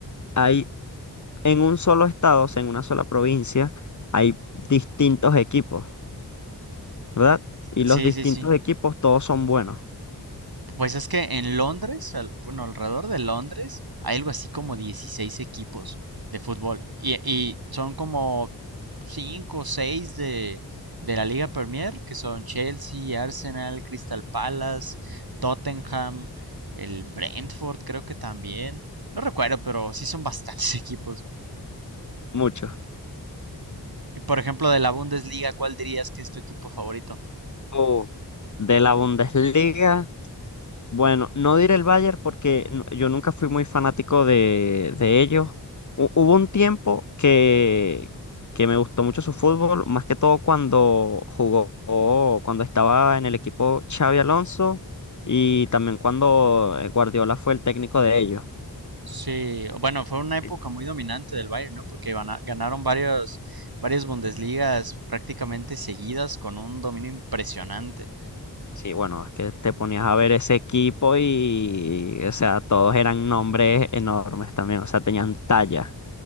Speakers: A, on the left (about 45°); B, on the right (about 60°).
A: hay en un solo estado, o sea, en una sola provincia, hay distintos equipos, ¿verdad? Y
B: Sí,
A: los distintos
B: sí, sí.
A: equipos todos son buenos.
B: Pues es que en Londres, al- bueno, alrededor de Londres, hay algo así como 16 equipos de fútbol. Y, y son como 5 o 6 de, de la Liga Premier, que son Chelsea, Arsenal, Crystal Palace, Tottenham, el Brentford, creo que también. No recuerdo, pero sí son bastantes <laughs> equipos.
A: muchos
B: Por ejemplo, de la Bundesliga, ¿cuál dirías que es tu equipo favorito?
A: O de la Bundesliga, bueno, no diré el Bayern porque n- yo nunca fui muy fanático de, de ellos. Hu- hubo un tiempo que, que me gustó mucho su fútbol, más que todo cuando jugó, cuando estaba en el equipo Xavi Alonso y también cuando eh, Guardiola fue el técnico de ellos.
B: Sí, bueno, fue una época
A: Sí.
B: muy dominante del Bayern, ¿no? Porque van a- ganaron varios, varias Bundesligas prácticamente seguidas con un dominio impresionante.
A: Sí, bueno, es que te ponías a ver ese equipo y, o sea, todos eran nombres enormes también, o sea, tenían talla.